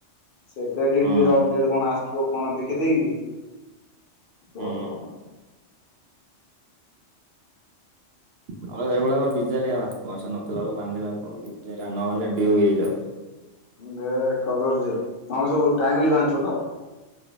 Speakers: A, on the left; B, on the right.
A: ସେ କ୍ରେଡିଟ୍
B: ହୁଁ
A: ବି ର ଅପଡେଟ୍ କଣ ଆସ ଏଲ କଣ ଦେଖେ ଦେଖିଦେଇକି। ତର
B: ହୁଁ
A: ତ ଆଣ
B: ଆମ ସେଇଭଳିଆ ବିଜାର ପଇସା ନଥିଲାବେେକୁ ବାନ୍ଧିଲା କଣ ବିଜାର ନ ବାଧିଲେ ଡିଉ ହେଇଯାଉ
A: ଦେ କଦର୍ଯ୍ୟ ତମେ ସବୁ ଟାଇମଲି ବାଧିଛ ତ